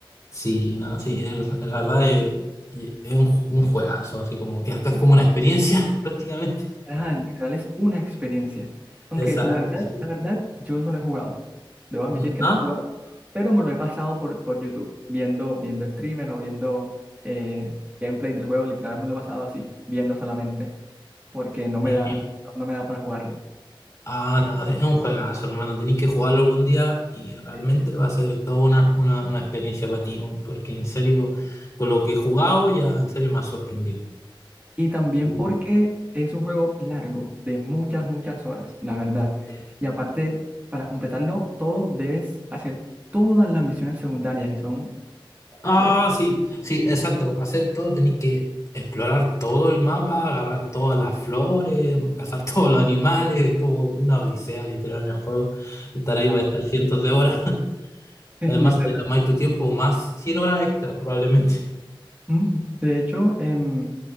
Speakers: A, on the left; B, on the right.
A: Sí, no, sí, el- la verdad es, es un, un juegazo, así como que acá es como una experiencia <laughs> prácticamente.
B: Ajá, literal es una experiencia. Aunque
A: Exacto,
B: la verdad,
A: sí.
B: la verdad, yo no lo he jugado. Debo admitir
A: No-
B: que
A: ¿Ah?
B: no lo he jugado, pero me lo he pasado por, por YouTube, viendo, viendo streamers o viendo eh, gameplay del juego. Literal me lo he pasado así, viendo solamente, porque no me
A: Sí,
B: da, mi- no me da para jugarlo.
A: Ah, no, es un juegazo, hermano. Tenéis que jugarlo algún día y
B: Sí,
A: realmente
B: sí, sí.
A: va a ser toda una, una, una experiencia para ti, weón, porque en serio, con lo que he jugado, ya en serio me ha sorprendido.
B: Y también
A: Y,
B: porque es un juego largo, de muchas, muchas horas, la verdad.
A: eh,
B: Y aparte, para completarlo todo, debes hacer todas las misiones secundarias y son culo.
A: Ah,
B: de-
A: sí, sí, exacto. Para hacer todo tenéis que explorar todo el mapa, agarrar todas las flores, cazar <laughs> todos los animales, es como una odisea literal en el juego. Estar
B: Ajá,
A: ahí va a estar cientos de horas. <laughs>
B: <laughs> es
A: Además,
B: literal.
A: si te tomáis tu tiempo, más 100 horas extra probablemente. <laughs>
B: Mm, De hecho, em,